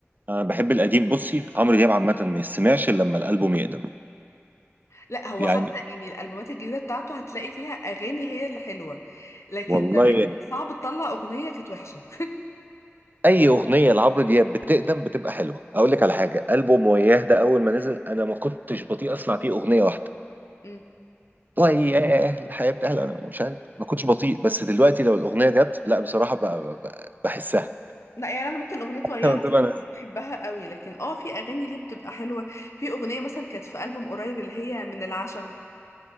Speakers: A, on the right; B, on the left.
A: انا بحب القديم بصي عمرو دياب عامه ما يسمعش الا لما الالبوم يقدم
B: لا هو
A: يعني
B: حتى يعني الالبومات الجديده بتاعته هتلاقي فيها اغاني هي اللي حلوه لكن
A: والله
B: زمان صعب تطلع اغنيه كانت وحشه
A: اي اغنيه لعمرو دياب بتقدم بتبقى حلوه اقول لك على حاجه البوم وياه ده اول ما نزل انا ما كنتش بطيء اسمع فيه اغنيه واحده
B: <laughs> امم
A: وياه الحياه بتحلى انا مش عارف ما كنتش بطيء بس دلوقتي لو الاغنيه جت لا بصراحه ب- ب- ب- بحسها
B: لا يعني انا ممكن اغنيه ويانا
A: <laughs>
B: بصراحه
A: طبعا
B: مش بحبها قوي لكن اه في اغاني ليه بتبقى حلوه في اغنيه مثلا كانت في البوم قريب اللي هي من العشم